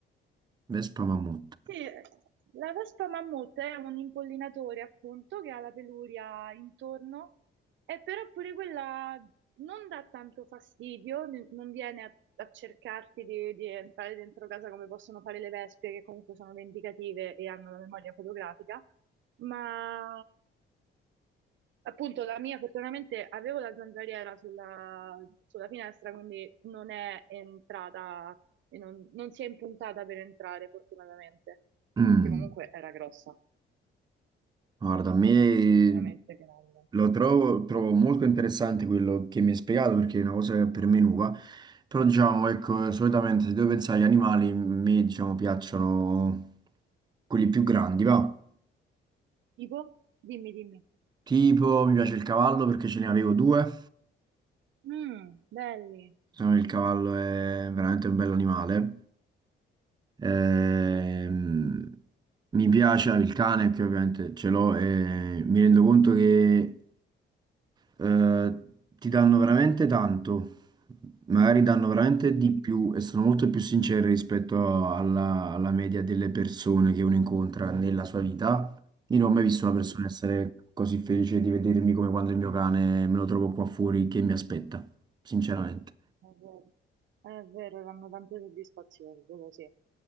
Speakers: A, on the right; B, on the right.
A: Vespa Mammut.
B: Sì, la vespa mammut è un impollinatore appunto che ha la peluria intorno eh, però pure quella non dà tanto fastidio, ne- non viene a, a cercarti di, di entrare dentro casa come possono fare le vespe, che comunque sono vendicative e hanno la memoria fotografica, ma appunto la mia fortunatamente avevo la zanzariera sulla, sulla finestra, quindi non è entrata e non, non si è impuntata per entrare fortunatamente,
A: Mm,
B: che comunque era grossa,
A: Guarda, a me
B: veramente grande.
A: lo trovo, trovo molto interessante quello che mi hai spiegato perché è una cosa che per me è nuova, però diciamo, ecco, solitamente se devo pensare agli animali, a me diciamo piacciono quelli più grandi, va.
B: Tipo? Dimmi, dimmi.
A: Tipo, mi piace il cavallo perché ce ne avevo due.
B: Mm, belli.
A: Secondo me Il cavallo è veramente un bell'animale. Ehm, mi piace il cane che ovviamente ce l'ho e mi rendo conto che eh, ti danno veramente tanto, magari danno veramente di
B: Mm,
A: più e sono molto più sinceri rispetto alla, alla media delle persone che uno incontra nella sua vita. Io non ho mai visto una
B: bellissimo.
A: persona essere così felice di vedermi come quando il mio cane me lo trovo qua fuori che mi aspetta, sinceramente.
B: È vero, è vero, danno tante soddisfazioni, quello sì.